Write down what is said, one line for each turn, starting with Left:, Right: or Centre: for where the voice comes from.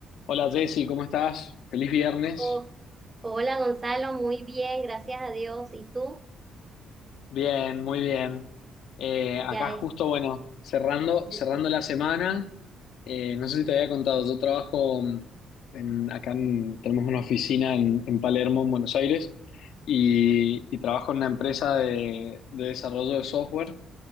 Left: Hola Jessy, ¿cómo estás? Feliz viernes.
Right: Oh, hola Gonzalo, muy bien, gracias a Dios. ¿Y tú?
Left: Bien, muy bien. Eh,
Right: Ya
Left: acá
Right: es.
Left: justo, bueno, cerrando,
Right: de-
Left: cerrando la semana. Eh, no sé si te había contado, yo trabajo mm, en, acá en- tenemos una oficina en, en Palermo, en Buenos Aires, y, y trabajo en una empresa de, de desarrollo de software.